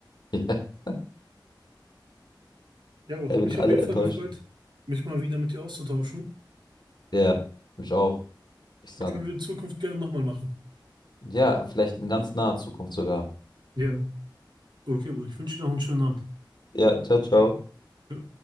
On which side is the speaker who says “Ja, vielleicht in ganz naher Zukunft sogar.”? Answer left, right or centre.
Left